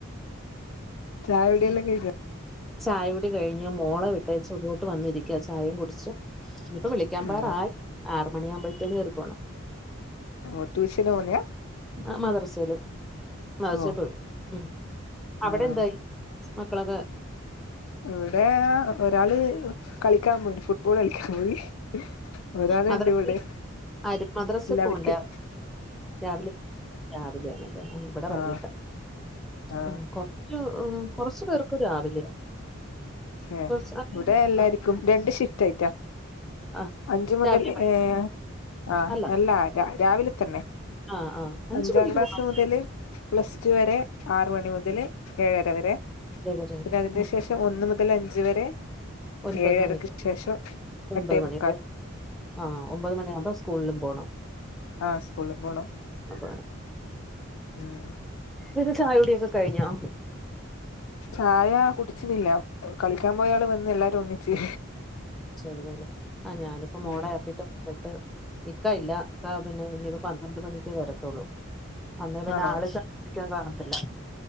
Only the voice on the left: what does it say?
ചായുടി എല്ലം കഴ്
ആഹ്
ഓ ട്യൂഷന് പോവുന്നെ
ഓ
ആഹ്
ഇവടെ ഒരാള് കളിക്കാം പോയിന് ഫുട്ബോള് കളിക്കാം പോയി ഒരാള്
ഇണ്ട് ഇവടെ
എല്ലാവര്ക്കും
ആഹ് ആഹ്
ഏ
ഇവടെ എല്ലാര്ക്കും
രണ്ട് ഷിഫ്റ്റ് ആയിട്ടാ
അഞ്ചു മുതൽ
ഏ ആ
അല്ലാ ര രാവിലെ തന്നെ
അഞ്ചാം
ക്ലാസ്
മുതല് പ്ലസ് ടു വരെ ആറ് മണി മുതല് ഏഴര വരെ
പിന്നെ അതിന്റെ
ശേഷം ഒന്ന് മുതല് അഞ്ച് വരെ
ഏഴരക്ക്
ശേഷം
എട്ടേ
മു
ആഹ് സ്കൂളിൽ പോണം
ഉം
ചായ കുട്ച്ചിണില്ല കളിക്കാം പോയ ആള് വന്ന് എല്ലാരും ഒന്നിച്ച്
ഉം
ആണോ